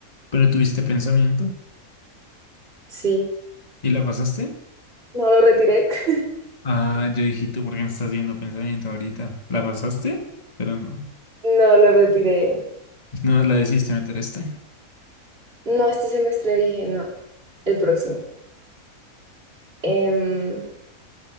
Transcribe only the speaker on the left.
pero tuviste pensamiento
y la pasaste.
Ah, yo dije, ¿tú por qué me estás viendo pensamiento ahorita? ¿La pasaste? Pero no.
No la decidiste meter este.